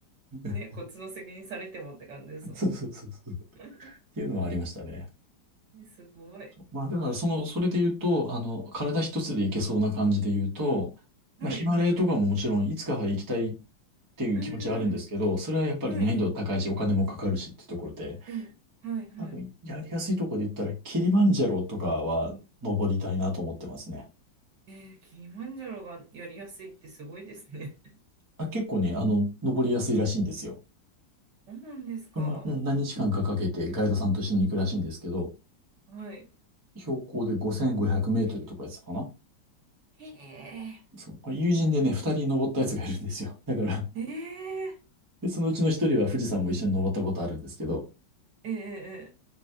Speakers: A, on the right; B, on the right.
A: <laughs>
B: うん。ね、こっちの責任されてもって感じですもんね。
A: そうそうそうそう。っ
B: <laughs>
A: ていうのはありましたね。
B: えすごい。
A: まあ、だからその、それで言うと、あの、体一つでいけそうな感じで言うと、まあ、
B: はい。
A: ヒマラヤとかももちろんいつかは行きたいっていう気持ちはあるんですけど、
B: うんうん
A: それはやっぱり難易度高いし、
B: うん。はい。
A: お金もかかるしっていうところで、
B: ええ、はいはい。
A: 多分やりやすいところで言ったら、キリマンジャロとかは登りたいなと思ってますね。
B: えー、キリマンジャロがやりやすいってすごいですね。
A: あ、結構ね、あの、登りやすいらしいんですよ。
B: <laughs> そうなんですか。
A: まあ、うん何日間かかけてガイドさんと一緒に行くらしいんですけど、
B: はい。
A: 標高で5500メートルとかやつかな
B: へえ。
A: そう。友人でね、二人登ったやつがいるんですよ。だから
B: えええ
A: <laughs> で、そのうちの一人は富士山も一緒に登ったことあるんですけど、
B: ええ